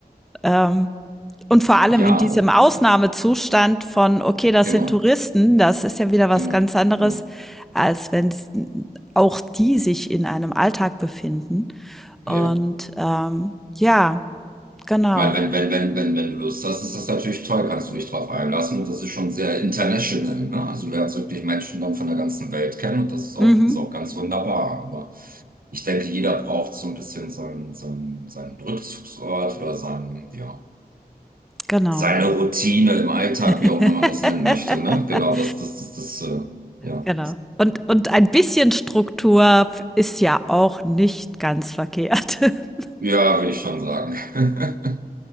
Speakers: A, in the centre; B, on the right (about 60°).
A: ähm, und vor allem
B: Ja,
A: in diesem Ausnahmezustand von, okay, das
B: genau,
A: sind Touristen, das ist ja wieder was
B: genau,
A: ganz anderes,
B: genau,
A: als wenn s- auch die sich in einem Alltag befinden. Und
B: ja.
A: ähm, ja, genau.
B: Ich meine, wenn, wenn, wenn, wenn, wenn du Lust hast, ist das natürlich toll, kannst du dich drauf einlassen und das ist schon sehr international, ne? Also du lernst wirklich Menschen dann von der ganzen Welt kennen und das ist auch,
A: Mhm,
B: ist auch ganz wunderbar. Aber ich denke, jeder braucht so ein bisschen seinen, seinen, seinen Rückzugsort oder seinen, ja,
A: genau.
B: seine Routine im Alltag,
A: <laughs>
B: wie auch immer man das nennen möchte, ne? Genau, das, das, das, das, äh, ja.
A: Genau. Und und ein bisschen Struktur f ist ja auch nicht ganz verkehrt. <laughs>
B: Ja, will ich schon sagen. <laughs>